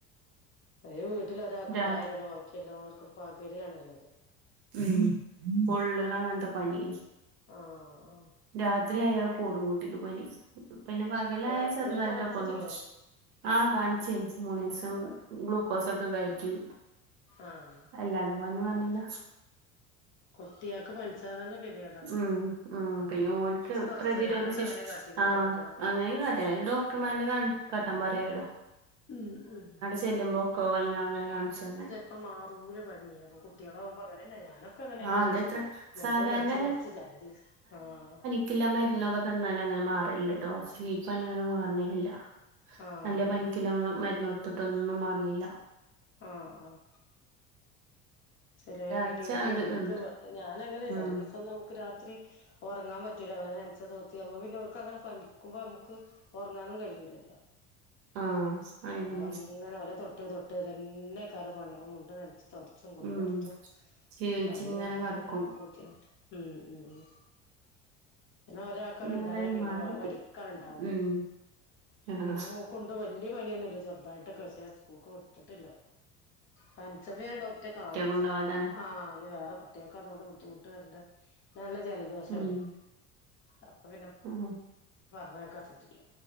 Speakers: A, on the left (about 30°); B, on the right (about 50°).
A: ഒരു വീട്ടില് ഒരാൾക്ക്
B: രാത്രി
A: ഉണ്ടായ പിന്നെ ബാക്കിയെല്ലാർക്കും പകരുവാണല്ലോ അത്
B: ഉം പൊള്ളണ അങ്ങനത്തെ പനി
A: ആഹ് ആഹ്
B: രാത്രിയായാ കൂടും കുട്ടിക്ക് പനി പിന്നെ പ കലായ
A: രാത്രിയോട്
B: ചെറുതായിട്ടൊക്കെ
A: കാണിച്ചിട്ടില്ലേ
B: ഉള്ളു ആഹ് കാണിച്ചേ മൂന്നീസം
A: ആഹ്
B: ഗ്ലൂ ക്കോസൊക്കെ കയറ്റി
A: ആഹ്
B: അല്ലാതെ പനി മാർണില്ല
A: കുട്ടികൾക്ക് പനിച്ചാ തന്നെ പേടിയാ
B: ഉം ഉം പിന്നെ ഓൽക്ക്
A: തുടച്ചത്
B: പ്രതിരോധ
A: ഞാനൊക്കെ
B: ശേഷി
A: അങ്ങനെ കാട്ടീന്
B: ആഹ്
A: എന്റെ കുട്ടികളൊക്കെ
B: അങ്ങനൊക്കെ <unintelligible> അതിന് ഡോ ക്ടർമാരന്നെ കാ കാട്ടാൻ പറയുവായിരുന്നു
A: ഉം ഉം
B: ചെല്ലുമ്പോക്കോല്ലാം അങ്ങനെ കാണിച്ചു തന്നെ
A: അപ്പ മാറൂല പനിയേ അപ്പ കുട്ട്യാളാവുമ്പൊ അങ്ങനെന്നെ ഞാനൊക്കെ അങ്ങനെന്നെന്നെ
B: ആഹ് അതെത്ര
A: മുണ്ട്
B: സാധാരണ
A: നൻച്ച് തൊടച്ച് ചെലെ ദിവസം ആഹ്
B: ക്കില്ല മരുന്നൊക്കെ തന്നാലങ്ങനെ മാറല്ലട്ടോ ശ്ലീ പ്പനി അങ്ങനെ മാറണേല്ല
A: ആഹ്
B: നല്ല പനിക്കില്ല മരുന്ന് കൊടുത്തിട്ടൊന്നും മാറ്ണില്ല.
A: ആഹ് ആഹ് ചെലെ
B: ഒരാഴ്ച
A: കുട്ട്യാൾക്കെ
B: കണ്ട്
A: ഇവൾക്ക്
B: നിന്ന്
A: ഞാനങ്ങനെ
B: ഉം
A: ചില ദിവസം നമുക്ക് രാത്രി ഒറങ്ങാൻ പറ്റൂല അവരെ നനച്ച് തോത്തി്പോ പിന്നെ ഒർക്ക് അങ്ങനെ പനിക്കുമ്പോ മ്മക്ക് ഒറങ്ങാനും കഴിയൂല്ലല്ലോ.
B: ആഹ് അയിന്
A: അപ്പൊങ്ങനെ ഒലെ തൊട്ട് തൊട്ട് തൊട്ട് ഇതന്നെക്കെരം പണി അപ്പൊ മുണ്ട് നൻച്ച് തൊട്ച്ചു
B: ഉം
A: കൊട്ത്തും
B: ക്ഷീണിച്ചിങ്ങനെ
A: പനി വന്നാപിന്നെ
B: കെടക്കും
A: നമക്ക് ബുദ്ധിമുട്ട മ് മ് പിന്നെ ഒരാക്
B: പിന്നെ
A: ക്കൊരുണ്ടായ
B: ഏതായാലും
A: പിന്നെ
B: മാറി
A: വ
B: കിട്ടി
A: വരിക്കണ് ണ്ടാവോയ്‌
B: ഉം ആഹ്
A: ഇന്റെ മോക് ക്കുണ്ട് വല്ല്യ പനിയൊന്നുല്ല ചെറുതായിട്ടൊക്കെ പഷേ ഞാൻ സ്കൂൾക്ക് വിട്ടിട്ടില്ല. പൻചപ്പോ ഞാൻ ഡോക്ട്ടെ കാൺ
B: കൊണ്ടോവണ്ടാണ്
A: ആ ഞ്ഞി വേറെ കുട്ട്യായാക്ക് അതോണ്ട് ബുദ്ധിമുട്ട് വരൻണ്ട നല്ല ജലദോഷണ്ടെ.
B: ഉം
A: അപ്പൊ പിന്നെ
B: ആഹ്
A: പറഞ്ഞെക്കാച്ചിട്ടില്ല.